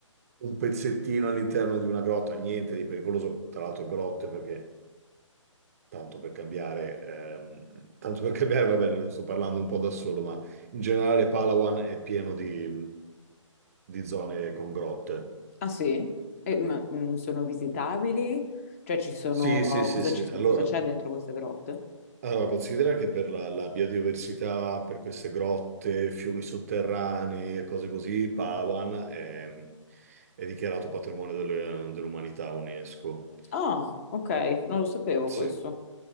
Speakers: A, on the right; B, on the left.
A: un pezzettino all'interno di una grotta, niente di pericoloso, tra l'altro grotte perché tanto per cambiare, ehm, tanto per cambiare, va bene, non sto parlando un po' da solo, ma in generale Palawan è pieno di, di zone con grotte.
B: Ah sì? E, ma, mh, sono visitabili? Cioè ci sono...
A: Sì, sì, sì,
B: cosa
A: sì.
B: ci-
A: Allora,
B: cosa c'è dentro queste grotte?
A: Allora, considera che per la, la biodiversità, per queste grotte, fiumi sotterranei e cose così, Palawan è, è dichiarato patrimonio delle- dell'umanità UNESCO.
B: Ah, ok, non lo sapevo
A: Sì.
B: questo.